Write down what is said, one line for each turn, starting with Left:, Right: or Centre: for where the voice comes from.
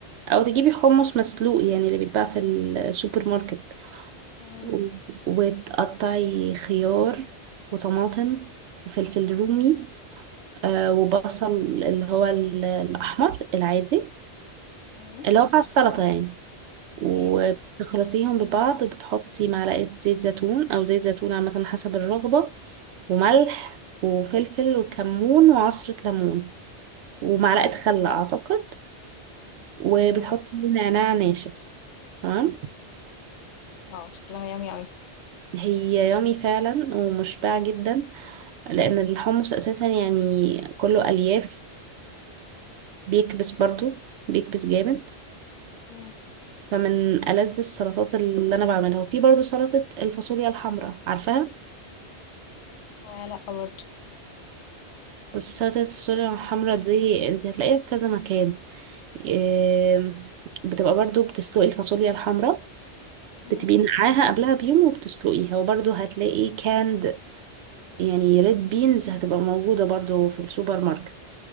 Right: او تجيبي حمص مسلوق يعني اللي بيتباع في السوبر ماركت
Left: تمام
Right: و- وتقطعي خيار وطماطم وفلفل رومي آه، وبصل اللي هو ال- الأحمر العادي
Left: مم.
Right: اللي هو بتاع السلطة يعني وبتخلطيهم
Left: ايوه
Right: ببعض وبتحطي معلقة زيت زيتون أو زيت زيتون عامة حسب الرغبة وملح وفلفل وكمون وعصرة ليمون ومعلقة خل أعتقد وبتحطي
Left: مم.
Right: نعناع ناشف تمام
Left: اه شكلها يامي اوي
Right: هي يامي فعلا ومشبعة جدا لأن الحمص أساسا يعني كله ألياف فبيكبس برضو بيكبس جامد
Left: مم.
Right: فمن ألذ السلطات اللي أنا بعملها وفي برضو سلطة الفاصوليا الحمراء عارفاها
Left: آه لا برضه
Right: بص سلطة الفاصوليا الحمرا دي انت هتلاقيها في كذا مكان إيه، بتبقى برضو بتسلقي الفاصوليا الحمرا
Left: مم.
Right: بتبقي نقعاها قبلها بيوم وبتسلقيها وبرضو هتلاقي كاند يعني ريد بينز هتبقى موجودة برضو في السوبر ماركت